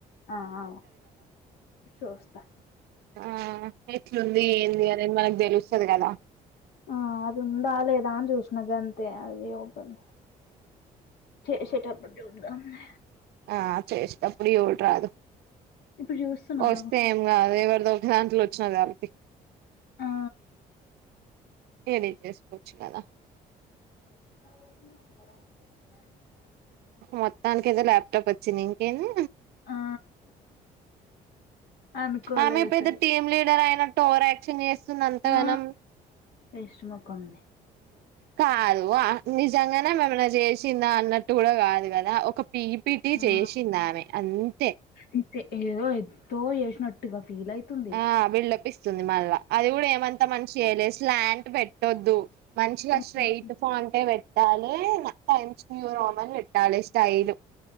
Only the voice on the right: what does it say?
ఆహ్ ఎట్లుంది ఏంది అనేది మనకు తెలుస్తది కదా.
ఆ చేసే టప్పుడు చూడ రాదు
వస్తే
ఏం కాదు ఒక దాంలో వచ్చినది కళ్పి
ఏనేం చేసుకోవచ్చు కదా
మొత్తానికి ఏదో ల్యాప్టాప్ వచ్చింది ఇంకెంది
ఆమె
పెద్ద టీమ్ లీడర్ అయినట్టు ఓవర్ యాక్షన్ చేస్తూ ది అంతగానం
కాదు నిజంగానే ఆమె ఏమ్మన్నా చేసిందా అన్నట్టు కూడా కాదు కదా ఒక పి పి టి
చేసింది ఆమె అంతే
ఆ బిల్డప్ ఇస్ వస్తుంది మల్లా అది కూడా ఏమంతా మంచిగా చేయలే ప్లాంట్ పెట్టొద్దు మంచిగా
స్ట్రైట్ పాంట్ ఏ పెట్ ట్టాలే టైంస్ూ రోమన్ విట్టాలి స్టైల్